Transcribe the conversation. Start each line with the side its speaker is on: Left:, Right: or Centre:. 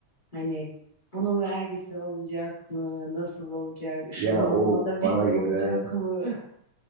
Left: hani bunun vergisi olacak mı? Nasıl olacak? Işınlanma
Right: Ya o
Left: da bize
Right: bana göre,
Left: olacak mı? <laughs>